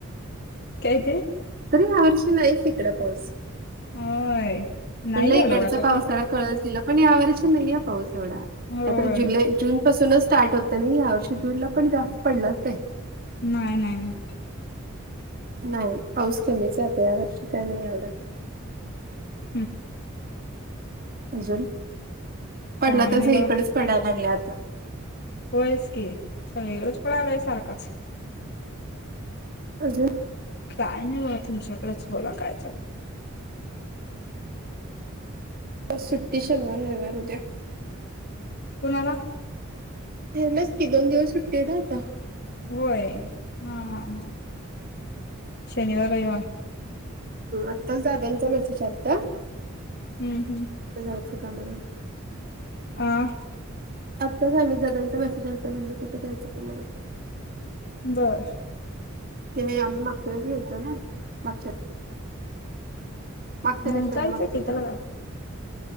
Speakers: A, on the left (about 55°); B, on the right (about 45°).
A: काय काय.
B: तरी ह्या वर्षी नाहीच इकड पाऊस
A: होय नाही
B: म्हणलं इकडचा
A: एवढं वाटत
B: पाऊस
A: नाही
B: थोडा. कळेल तिला पण वर्ष नाही पाऊस एवढा नाहीतर
A: होय
B: जुलै जून. पासूनच स्टार्ट होतं नाही या वर्षी जूनला पण जास्त पडलंच नाही.
A: नाही नाही.
B: नाही पाऊस कमीचात या वर्षी त्या नाही एवडं.
A: हम.
B: अजून पडला
A: काय
B: तर
A: नाही
B: सगळीकडेच
A: बघा
B: पडायला लागलं आता.
A: होयच की सगळी कडेच पडलाय सारखंच.
B: अजून.
A: काय नाही बाबा तुमच्याकडेच बोला काय चालय.
B: आज सुट्टी शनिवार रविवार उद्या.
A: कोणाला.
B: हेनाच की दोन दिवस सुट्टी ना आता.
A: होय हां हां हां शनिवार रविवार.
B: आत्ताच दादांचा मेसेज आलता.
A: हम्म हम्म.
B: उद्या जायचं कामला.
A: आ.
B: आत्ताच आमित दादांचा मेसेज आता म्हणलं कुठे जायचं कामाला.
A: बर.
B: ते आम्ही मागच्या वेळेस गेलतो ना माग च्या. मागच्या नाही
A: मग
B: त्याच्या
A: जायचं
B: मागच्या
A: की
B: शनिवारी.
A: त्याला काय